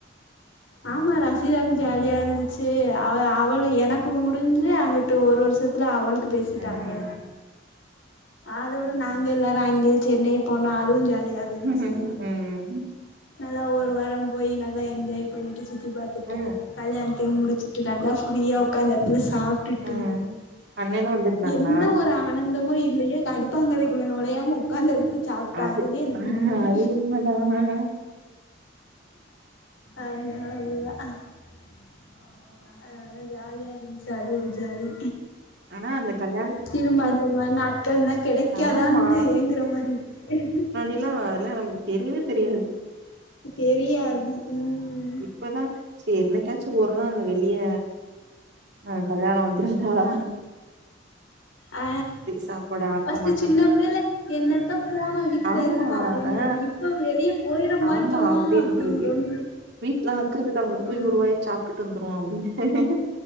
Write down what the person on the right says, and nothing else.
ம்
ம்ஹும் ம்ஹும் ம்
ஆ
ஆ அண்ணனு வந்திருந்தாங்களா
அது
ஆ
அது உண்மதான் ஹ ஹ
ஆனா அந்த கல்யாண
ஆமா
எல்லா அதல்லா நமக் தெரியவே தெரியாது
இப்பதா செரி என்னைக்காச்சு ஒரு நாள் வெளிய ஆ கல்யாணொ வந்துராதா
சாப்பாடு ஆக்க
மாட்டாமா
ஆமா
ஆ
ஆமா அப்டின்ட்ருக்கு
வீட்ல ஆக்குறதுக்கு அங்குட்டு போய்
ஒரு வாயா சாப்டுட்டு வந்துருவோ அப்டின்னு